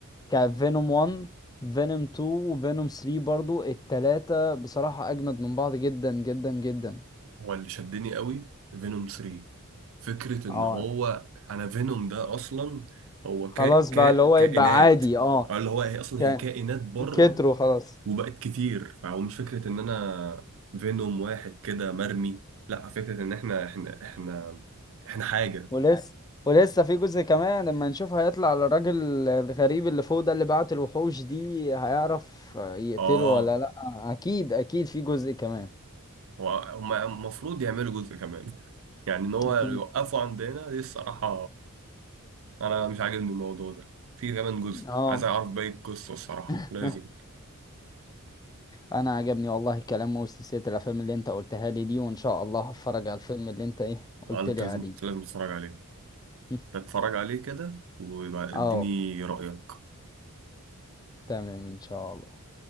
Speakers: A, on the left (about 15°); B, on the right (about 65°).
A: كفينوم 1 فينوم 2 وفينوم 3 برضو التلاتة بصراحة أجمد من بعض جدا جدا جدا
B: هو اللي شدني قوي فينوم 3 فكرة ان
A: اه
B: هو انا فينوم ده اصلا هو
A: خلاص
B: كا كا
A: بقى اللي
B: كائنات
A: هو يبقى عادي اه
B: أو اللي هو هي اصلا
A: كان
B: هي كائنات بره
A: كتروا خلاص
B: وبقت كتير فهو مش فكرة إن أنا فينوم واحد كده مرمي لا فكرة إن إحنا إحنا إحنا إحنا حاجة
A: ولسه ولسه في جزء كمان لما نشوف هيطلع على الراجل الغريب اللي فوق ده اللي بعت الوحوش دي هيعرف يقتله
B: آه
A: ولا لا اكيد اكيد في جزء كمان
B: هو- هما المفروض يعملوا جزء كمان يعني إن هو
A: اكيد
B: يوقفوا عندنا دي الصراحة أنا مش عاجبني الموضوع ده في كمان جزء
A: اه
B: عايز أعرف باقي القصة الصراحة
A: <laughs>
B: لازم
A: انا عجبني والله الكلام وسلسلة الافلام اللي انت قلتها لي دي وان شاء الله هتفرج على الفيلم اللي انت ايه
B: أنا
A: قلت
B: أنت
A: لي
B: لازم
A: عليه
B: لازم تتفرج عليه
A: <laughs>
B: تتفرج عليه كده ويبقى
A: اه
B: اديني رأيك
A: تمام ان شاء الله